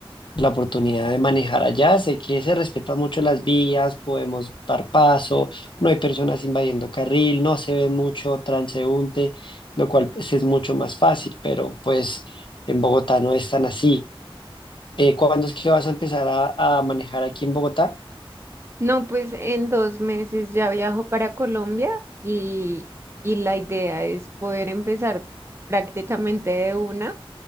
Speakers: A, on the left; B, on the right.
A: la oportunidad de manejar allá, sé que se respetan mucho las vías, podemos dar paso, no hay personas invadiendo carril, no se ve mucho transeúnte, lo cual pues, es mucho más fácil, pero pues en Bogotá no es tan así. Eh, ¿cuándo es que vas a empezar a a manejar aquí en Bogotá?
B: No, pues en dos meses ya viajo para Colombia y, y la idea es poder empezar prácticamente de una.